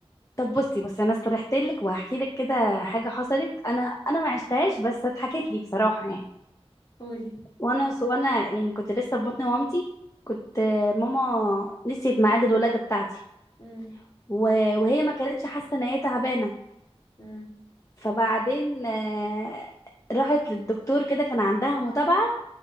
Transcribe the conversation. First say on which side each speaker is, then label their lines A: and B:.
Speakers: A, on the left; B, on the left.
A: طب بصي بصي انا استرحت لك وهحكي لك كده حاجه حصلت انا انا ما عشتهاش بس اتحكت لي بصراحه يعني
B: قولي
A: وانا سو انا يعني كنت لسه في بطن مامتي كنت آه، ماما نسيت ميعاد الولاده بتاعتي
B: امم
A: و- وهي ما كانتش حاسه ان هي تعبانه
B: امم
A: فبعدين آه، راحت للدكتور كده كان عندها متابعه